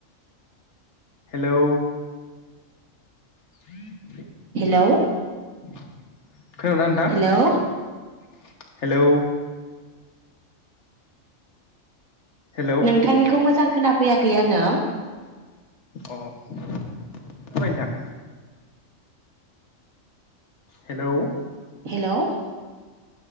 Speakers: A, on the left (about 60°); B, on the right (about 85°).
A: हेलौ <inaudible>
B: हेलौ
A: <inaudible> खोनादोंना नोंथां
B: hello
A: हेलौ हेलौ
B: नोंथांनिखौ मोजां खोना फैयाखै आङो
A: अ खोनाबाइ नोंथां। हेलौ
B: हेलौ